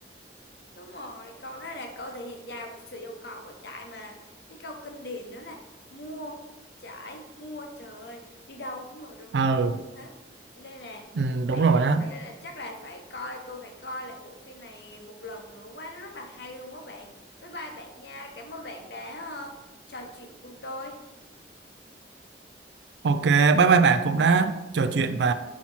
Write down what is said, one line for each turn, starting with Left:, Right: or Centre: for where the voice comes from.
Left: Đúng rồi, câu đó là câu thể hiện giàu sự giàu có của trải mà. Cái câu kinh điển nữa là mua, trải, mua, trời ơi, đi đâu cũng nổi rần
Right: ờ
Left: rần rần hết. Cho nên là
Right: ừ,
Left: bạn
Right: đúng rồi á
Left: cho nên là chắc là phải coi tôi phải coi lại bộ phim này một lần nữa quá nó rất là hay luôn á bạn. Bye bye bạn nha. Cảm ơn bạn đã ờ, trò chuyện cùng tôi.
Right: Ok, bye bye bạn cũng đã trò chuyện và